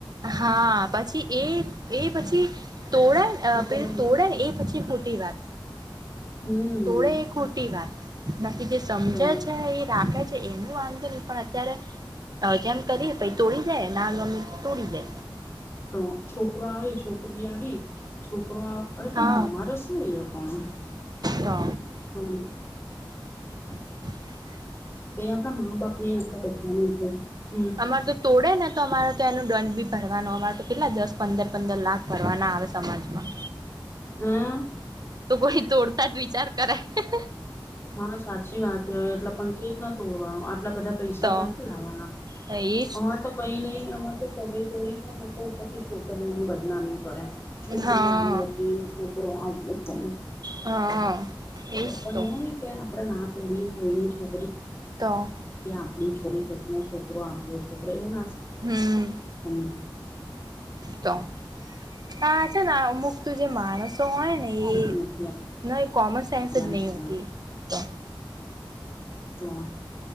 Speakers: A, on the right (about 50°); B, on the left (about 30°).
A: હા પછી એ એ પછી તોડે
B: બિચારા
A: પે તોડે ને એ પછી ખોટી વાત
B: હમ
A: તોડે એ ખોટી વાત બાકી જે સમજે
B: તો
A: છે એ. નાે છે એનું વાંધો નહી પણ અત્યારે જેમ કરીએ પ તોડી જાય નામી. તુળવે.
B: તો છોકરો આવી છોકરી આવી છોકરો. અરે પણ
A: હા
B: તમારે શું એ. પણણ
A: તો
B: તોમ.
A: <unintelligible>
B: તો અહી આપણા મામા બાપ ને આપણા બધાને ઈેજ.
A: અમાર તો તોડે ને તો અમારા. તો એનો દંડ બી ભરવાનો અમારે તો કેટલા દસ પંદર પંદર લાખ ભરવાના આવે સમાજમાં.
B: હમ.
A: તો કોઈ. તોડતા જ વિચાર કરાય.
B: હા સાચી વાત એટલે પણ કે જ ના તોડવાનું. એટલા બધા પૈસા
A: તો
B: ક્યાંથી લાવવાના
A: હા એજ
B: અમાં તો કઈ નહી અ તો. સગઈ તોડી જાય ને તો ઉપરથી છોકરીઓની બદનામી કરે. છોકરી
A: હા
B: આવી હતી છોકરો આવ હતો
A: હા એજ
B: પણ
A: તો
B: એવો નહ. રા ના તોડી કોઈની છોકરી.
A: તો.
B: આપણી છોરી કોક ન છોકરો આપણો છોકરો એવું ના.
A: હમ.
B: સમજ.
A: તો. પાંચ. ના અમુક તું જે માણસ. તો હોય ને
B: સાંસદ
A: એ
B: નથી
A: ના એ કોમન સેન્સ
B: અમારી
A: જ નહીં
B: સમાજમાં
A: હોતી તો
B: તો